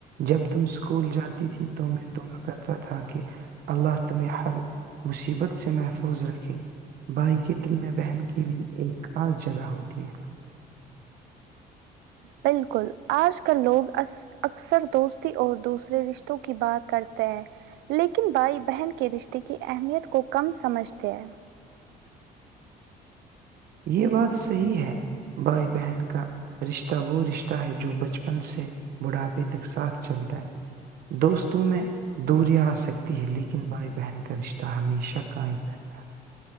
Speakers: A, on the right; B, on the right.
A: جب تم اسکول جاتی تھی تو میں دعا کرتا تھا کہ اللہ تمہیں ہر مصیبت سے محفوظ رکھے بھائی کے دل میں بہن کے لیے ایک خاص جگہ ہوتی ہے
B: بالکل آج کل لوگ اکثر دوستی اور دوسرے رشتوں کی بات کرتے ہیں لیکن بھائی بہن کے رشتے کی اہمیت کو کم سمجھتے ہیں
A: یہ بات صحی ہے بھائی بہن کا رشتہ وہ رشتہ ہے جو بچپن سے بڑھاپے تک ساتھ چلتا ہے دوستوں میں دوریا آ سکتی ہے لیکن بھائی بہن کا رشتہ ہمیشہ قائم رہتا ہے